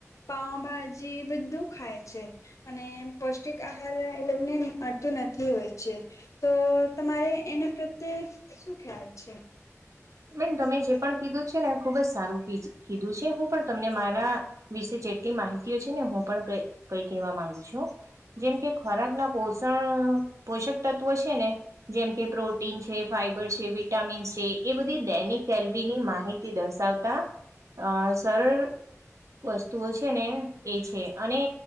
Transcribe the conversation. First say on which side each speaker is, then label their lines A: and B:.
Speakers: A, on the left; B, on the right.
A: પાઉભાજી બધું ખાય છે. અને પૌષ્ટિક આહાર એ લોકો ને અડતું નથી હોય છે. તો તમારે એના પ્રત્યે શું ખ્યાલ છે?
B: બેન તમે જે પણ કીધું છે, ને ખુબ જ સારું કીધું છે હું પણ તમને મારા. વિશે જેટલી માહિતીઓ છે, ને હું પણ ક કઈ કહેવા માંગુ છું. જેમ કે ખોરાક ના પોષણ પોષક તત્વો છે ને, જેમ કે પ્રોટીન છે, ફાઈબર છે, વિટામીન છે એ બધી દૈનિક કેલરીની માહિતી દર્શાવતા અ સરળ. વસ્તુઓ છે ને એ છે અને